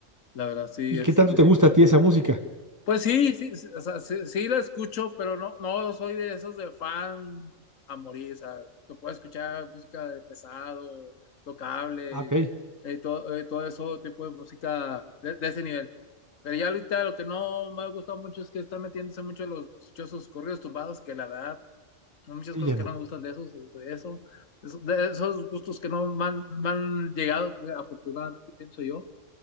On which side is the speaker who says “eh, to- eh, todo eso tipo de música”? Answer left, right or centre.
Left